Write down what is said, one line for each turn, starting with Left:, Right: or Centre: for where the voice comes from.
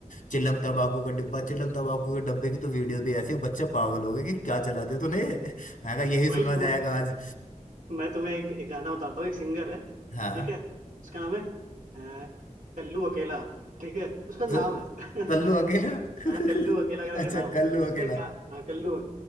Left: चिलम तंबाकू का डिब्बा चिलम तंबाकू के डब्बे की तो वीडियो भी ऐसे बच्चे पागल हो गए कि क्या चला दिया तूने मैं कहा यही
Right: भाई
Left: सुना
Right: <laughs> तुम
Left: जाएगा आज
Right: मैं तुम्हें एक, एक गाना बताता हूँ एक सिंगर है
Left: हाँ
Right: ठीक है उसका नाम है अ, कल्लू अकेला ठीक है उसका नाम
Left: तो
Right: है <laughs>
Left: कल्लू अकेला <laughs>
Right: हाँ, कल्लू अकेला करके
Left: अच्छा
Right: नाम
Left: कल्लू
Right: है उसका
Left: अकेला
Right: एक गा हाँ, कल्लू